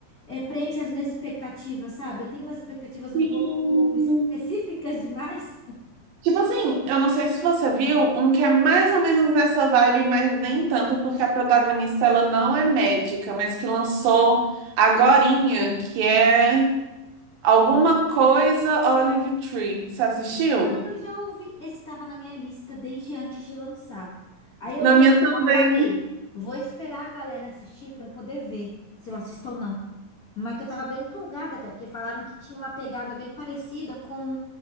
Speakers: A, on the left; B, on the right.
A: é, preenche as minhas expectativas, sabe? Eu tenho umas expectativas
B: Sim.
A: um pouco específicas demais.
B: Tipo assim, eu não sei se você viu um que é mais ou menos nessa vibe, mas nem tanto, porque a protagonista ela não é médica, mas que lançou agorinha, que é Alguma Coisa Olive Tree. Você assistiu?
A: Eu já ouvi, esse estava na minha lista desde antes de lançar. Aí eu
B: Na
A: vi
B: minha
A: lançar,
B: também.
A: eu falei, vou esperar a galera assistir para eu poder ver se eu assisto ou não. Mas que eu tava bem empolgada até, porque falaram que tinha uma pegada bem parecida com